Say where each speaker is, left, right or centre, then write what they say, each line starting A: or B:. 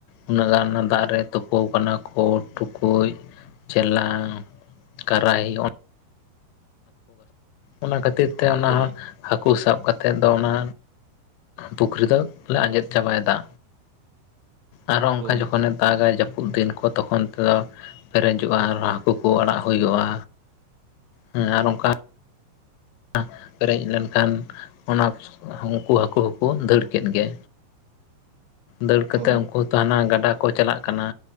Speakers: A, on the left; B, on the right.
A: ᱩᱱᱟᱹᱜ ᱜᱟᱱ ᱫᱟᱜ ᱨᱮ ᱛᱩᱯᱳ ᱟᱠᱟᱱᱟ ᱠᱚ ᱴᱩᱠᱩᱡ ᱪᱮᱞᱟᱝ ᱠᱟᱨᱟᱦᱤ ᱚᱱᱟ ᱚᱱᱟ ᱠᱷᱟᱛᱤᱨ ᱛᱮ <unintelligible> ᱚᱱᱟ
B: ᱦᱳᱭ
A: ᱦᱟᱹᱠᱩ ᱥᱟᱵ ᱠᱟᱛᱮᱜ ᱫᱚ ᱚᱱᱟ ᱯᱩᱠᱷᱨᱤ ᱫᱚᱞᱮ ᱟᱸᱡᱮᱫ ᱪᱟᱵᱟᱭ ᱮᱫᱟ ᱟᱨᱦᱚᱸ ᱚᱱᱠᱟ
B: ᱦᱳᱭ
A: ᱡᱚᱠᱷᱚᱱ ᱮ ᱫᱟᱜᱟᱭ ᱡᱟᱹᱯᱩᱫ ᱫᱤᱱ ᱠᱚ ᱛᱚᱠᱷᱚᱱ ᱛᱮᱫᱚ ᱯᱮᱨᱮᱡᱚᱜᱼᱟ ᱟᱨ ᱦᱟᱹᱠᱩ ᱠᱚ ᱟᱲᱟᱜ ᱦᱩᱭᱩᱜᱼᱟ ᱦᱮᱸ ᱟᱨ ᱚᱱᱠᱟ ᱫᱟᱜ ᱯᱮᱨᱮᱡ ᱞᱮᱱᱠᱷᱟᱱ ᱚᱱᱟ ᱩᱱᱠᱩ ᱦᱟᱹᱠᱩ ᱦᱚᱸᱠᱚ ᱫᱟᱹᱲ ᱠᱮᱫ ᱜᱮ ᱫᱟᱹᱲ ᱠᱟᱛᱮᱫ
B: ᱦᱳᱭ
A: ᱩᱱᱠᱩ ᱦᱟᱱᱟ ᱜᱟᱰᱟ ᱠᱚ ᱪᱟᱞᱟᱜ ᱠᱟᱱᱟ